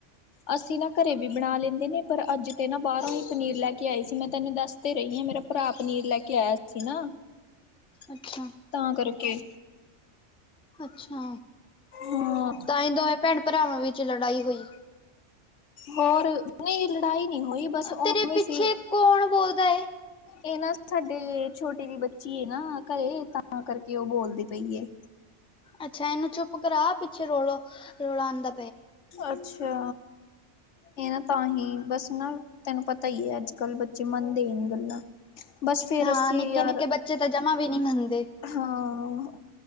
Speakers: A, on the left; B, in the centre.
A: ਅਸੀਂ ਨਾ ਘਰੇ ਵੀ ਬਣਾ ਲੈਂਦੇ ਨੇ, ਪਰ ਅੱਜ ਤੇ ਬਾਹਰੋਂ ਹੀ ਪਨੀਰ ਲੈ ਕੇ ਆਈ ਸੀ। ਮੈਂ ਤੈਨੂੰ ਦੱਸਦੇ ਰਹੀ ਹਾਂ, ਮੇਰਾ ਭਰਾ ਪਨੀਰ ਲੈ ਕੇ ਆਇਆ ਸੀ ਨਾ। <unintelligible>
B: ਅੱਛਾ।
A: ਤਾਂ ਕਰਕੇ
B: ਅੱਛਾ,
A: ਹਾਂ
B: ਤਾਂਹੀ ਦੋਵੇਂ ਭੈਣ ਭਰਾਵਾਂ ਵਿੱਚ ਲੜਾਈ ਹੋਈ।
A: ਹੋਰ ਨਹੀਂ ਲੜਾਈ ਨਹੀਂ ਹੋਈ ਬਸ ਉਵੇਂ
B: ਤੇਰੇ ਪਿੱਛੇ
A: ਸੀ
B: ਕੌਣ ਬੋਲਦਾ?
A: ਇਹ ਨਾ ਸਾਡੇ ਛੋਟੀ ਜਿਹੀ ਬੱਚੀ ਨਾ ਘਰੇ ਤਾਂ ਕਰਕੇ ਉਹ ਬੋਲਦੇ ਪਈ ਏ।
B: ਅੱਛਾ ਇਹਨੂੰ ਚੁੱਪ ਕਰਾ ਪਿੱਛੇ ਰੌਲਾ, ਰੌਲਾ ਆਉਣਂ ਦਾ।
A: ਅੱਛਾ। ਇਹ ਨਾ ਤਾਂ ਹੀ ਬਸ ਨਾ ਤੈਨੂੰ ਪਤਾ ਹੀ ਹੈ ਅੱਜ ਕੱਲ ਬੱਚੇ ਮੰਨਦੇ ਨਹੀ ਗੱਲਾਂ। ਬਸ ਫੇਰ
B: ਹਾਂ
A: ਅੱਸੀ
B: ਨਿੱਕੇ-ਨਿੱਕੇ
A: ਯਾਰ
B: ਬੱਚੇ ਤਾਂ ਜਮਾ ਵੀ ਨਹੀਂ ਮੰਨਦੇ।
A: ਹਾਂ